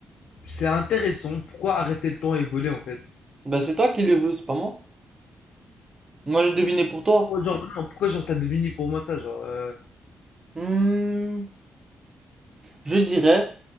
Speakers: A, on the left (about 85°); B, on the right (about 25°).
A: c'est intéressant. Pourquoi arrêter le temps et voler en fait
B: Bah, c'est toi qui les veux, c'est pas moi. Moi, j'ai deviné pour toi.
A: Pourquoi genre, non, pourquoi genre t'as deviné pour moi ça genre, euh,
B: Hmm, je dirais.